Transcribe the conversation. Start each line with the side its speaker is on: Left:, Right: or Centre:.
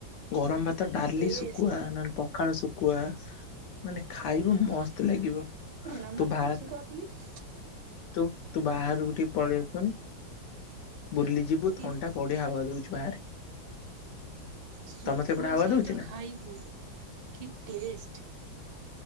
Left: ଗରମ, ଭାତ,
Right: କି
Left: ଡାଲି,
Right: ଟେଷ୍ଟ
Left: ଶୁକୁଆ ନନ ପଖାଳ ଶୁକୁଆ ମାନେ ଖାଇବୁ ମସ୍ତ ଲାଗିବ।
Right: ଜାଣିଚୁ ନା
Left: ତୁ
Right: ମୁଁ ତ
Left: ବାହା
Right: ପୁରା ଶୁକୁଆ ପ୍ରିୟ।
Left: ତୁ ତୁ ବାହାରକୁ ଟିକେ ପଳେଇ ଆଶୁନୁ। ବୁଲିଯିବୁ
Right: କି
Left: ଥଣ୍ଡା ବଢିଆ ହୱା ଦୋଉଛି ବାହାରେ।
Right: ଶୁଖୁଆ
Left: ତମ ସେପଟେ ହାୱା
Right: ସହିତ
Left: ଦଉଛି ନା?
Right: ଖାଇବୁ କି ଟେଷ୍ଟ।